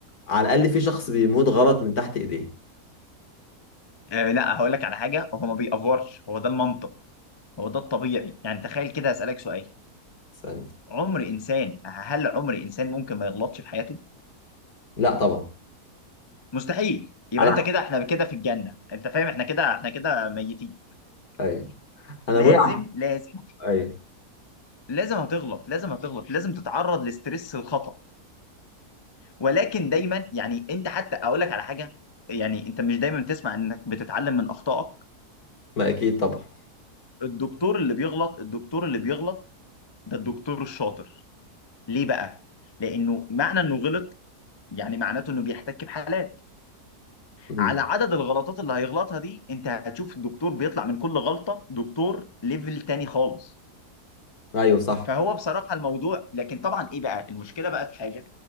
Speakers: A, on the left (about 65°); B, on the left (about 25°).
A: على الاقل في شخص بيموت غلط من تحت ايديه
B: آه لا هقول لك على حاجه هو ما بيأفورش هو ده المنطق هو ده الطبيعي يعني تخيل كده اسالك سؤال
A: ثانية
B: عمر انسان هل عمر انسان ممكن ما يغلطش في حياته
A: لا طبعا
B: مستحيل يبقى
A: انا
B: انت كده احنا كده في الجنه انت فاهم احنا كده احنا كده ميتين
A: ايوه انا
B: لازم
A: ابويا
B: لازم
A: ايوه
B: لازم هتغلط لازم هتغلط لازم تتعرض لستريس الخطأ ولكن دايما يعني انت حتى اقول لك على حاجه يعني انت مش دايما بتسمع انك بتتعلم من اخطائك
A: ما اكيد طبعا
B: الدكتور اللي بيغلط الدكتور اللي بيغلط ده الدكتور الشاطر ليه بقى؟ لأنه معنى إنه غلط يعني معناته إنه بيحتك بحالات
A: مم.
B: على عدد الغلطات اللي هيغلطها دي أنت هتشوف الدكتور بيطلع من كل غلطة دكتور ليفل تاني خالص
A: ايوه صح
B: فهو بصراحة الموضوع لكن طبعا إيه بقى؟ المشكلة بقى في حاجة